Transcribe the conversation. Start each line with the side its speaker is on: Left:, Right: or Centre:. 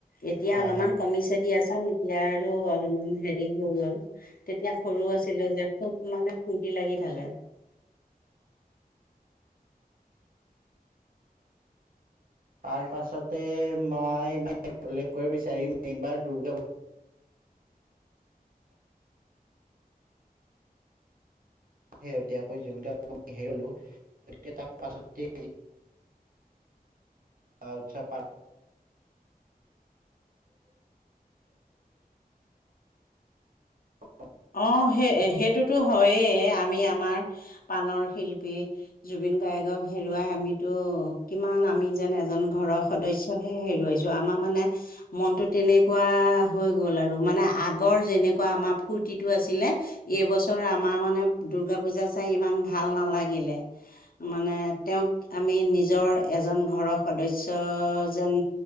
Left: এতিয়া
Right: হয়
Left: অলপমান
Right: হয়
Left: কমিছে দিয়াচোন এতিয়া আৰু অল হেৰি হৈ গল তেতিয়া সৰু আছিলো যে খুব মানে ফুৰ্তি লাগি থাকে।
Right: তাৰ পাছতে মই মানে উল্লেখ কৰিব বিচাৰিম এইবাৰ দুৰ্গা শেহতীয়াকৈ জুবিন দাক আমি হেৰুৱালো‌ তাৰ পাছতে উৎসৱ প <unintelligible>
Left: অ সেই সেইটোতো হয়েই আমি আমাৰ পাণৰ শিল্পী জুবিন গায়্গক হেৰুৱাই আমিতো কিমান আমি যেন এজন ঘৰৰ সদস্যহে হেৰুৱাইছো আমাৰ মানে মনটো তেনেকুৱা হৈ গল আৰু মানে আগৰ যেনেকুৱা আমাৰ ফূৰ্তিটো আছিলে এইবছৰ আমাৰ মানে দূৰ্গা পূজা চাই ইমান ভাল নালাগিলে মানে তেওঁক আমি নিজৰ এজন ঘৰৰ সদস্য যেন